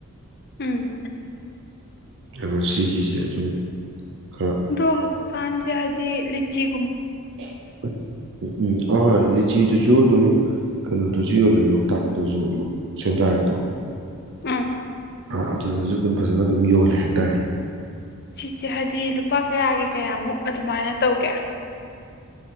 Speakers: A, on the left (about 45°); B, on the right (about 55°).
A: ꯎꯝ
B: ꯑꯗꯣ ꯁꯤꯒꯤꯁꯦ ꯑꯗꯨꯝ ꯈꯔ
A: ꯗꯣ ꯍꯧꯖꯤꯛ ꯐꯥꯟꯁꯦ ꯍꯥꯏꯗꯤ ꯂꯤꯆꯤ
B: <inaudible> ꯎꯝ ꯑꯍꯣꯏ ꯂꯤꯆꯤ ꯗꯨꯁꯨ ꯁꯨ ꯑꯗꯨꯝ ꯀꯩꯅꯣꯗꯁꯨ ꯌꯣꯜꯂꯦ ꯂꯣꯛꯇꯥꯛꯇꯁꯨ ꯁꯦꯟꯗ꯭ꯔꯥꯒꯤꯗꯣ
A: ꯎꯝ
B: ꯑꯥ ꯑꯗꯨꯗꯁꯨ ꯑꯗꯨꯝ ꯐꯖꯅ ꯑꯗꯨꯝ ꯌꯣꯜꯂꯦ ꯍꯥꯏꯇꯔꯦ
A: ꯁꯤ ꯍꯥꯏꯗꯤ ꯂꯨꯄꯥ ꯀꯌꯥꯒꯤ ꯀꯌꯥꯃꯨꯛ ꯑꯗꯨꯃꯥꯏꯅ ꯇꯧꯒꯦ